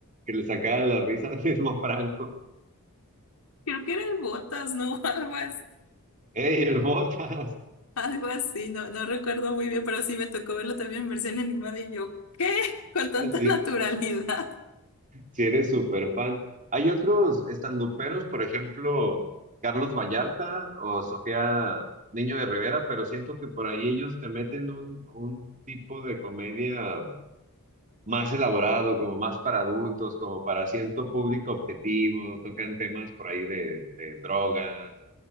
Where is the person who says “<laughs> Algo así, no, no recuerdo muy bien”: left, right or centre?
Left